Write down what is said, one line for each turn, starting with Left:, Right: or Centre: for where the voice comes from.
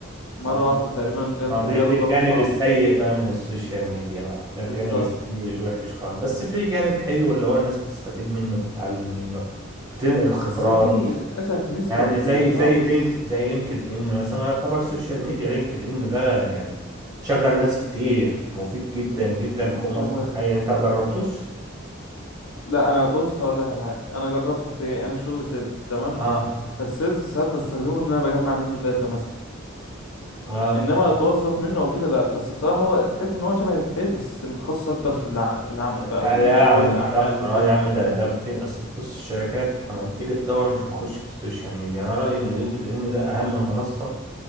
Left: مرة
Right: ما هو
Left: واحدة تقريبا جال...
Right: ما ده
Left: جاله
Right: ده الجانب
Left: جلطة
Right: السيء بقى من السوشيال ميديا بقى ده الجانب
Left: بالظبط
Right: السيء الوحش خالص بس في جانب حلو اللي هو الناس بتستفيد منه بتتعلم منه بتنقل خبرات
Left: بس دي للأسف نسبة
Right: يعني
Left: قليلة
Right: زي
Left: خالص
Right: زي لينك زي لينكد ان مثلا يعتبر سوشيال ميديا لينكد ان ده يعني شغل ناس كتير مفيد جدا جدا فوق
Left: هو
Right: ما تتخيل
Left: ز-
Right: انت ما جربتوش
Left: لا انا بص هقول لك على حاجة انا جربته في ايه انا شغل سيلز تمام
Right: اه
Left: فالسيلز ساعات بستخدمه ان انا بجمع منه داتا مثلا
Right: اه
Left: انما اتوظف منه او كده لا بس بصراحة هو تحس ان هو شبه الفيس بس متخصص اكتر في الع... في العمل بقى
Right: حالة
Left: والرواد
Right: عملية
Left: الاعمال
Right: أكتر
Left: والبيزنس
Right: أه يا عم ده ده في أصل بص الشركات لما بتيجي تدور مش هتخش في السوشيال ميديا أنا رأيي إن لينكد إن ده أهم منصة